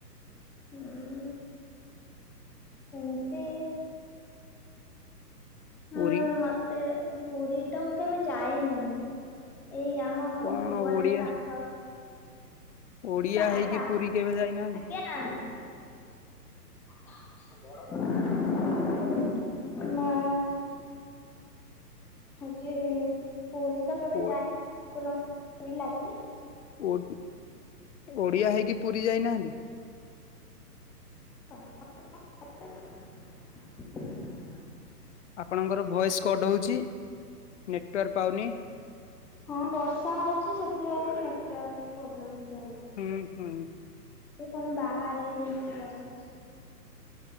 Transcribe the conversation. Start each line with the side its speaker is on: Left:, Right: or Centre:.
Centre: ହୁଁ ଏମିତି ମୁଁ
Left: ପୁରୀ
Centre: ମତେ ପୁରୀ ଟ ମୁଁ କେବେ ଯାଇନି। ଏଇ ଆମ
Left: କଣ
Centre: ଭୁବନେ
Left: ଓଡିଆ
Centre: ପାଖ
Left: ଓଡିଆ
Centre: ଟା
Left: ହେଇକି
Centre: ଟା
Left: ପୁରୀ କେବେ ଯାଇନାହାନ୍
Centre: ଆଜ୍ଞା। <inaudible> ହଉଚି ପୁରୀ ତ କେବେ
Left: ଓ
Centre: <inaudible> ଲାଗିନି
Left: ଓ ଓଡ଼ିଆ ହେଇକି ପୁରୀ ଯାଇନାହାନ୍ତି।
Centre: <inaudible>
Left: ଆପଣଙ୍କର ଭଏସ୍ କଟ୍ ହଉଚି ନେଟୱାର୍କ ପାଉନି।
Centre: ହଁ ବର୍ଷା ହଉଚି ସେଥିପାଇଁ ନେଟୱାର୍କ ପ୍ରୋବ୍ଲେମ ଟିକେ ହଉ
Left: ହୁଁ ହୁଁ।
Centre: ଫୁଣି ବାହାରେ ଏମିତି ବସୁଛି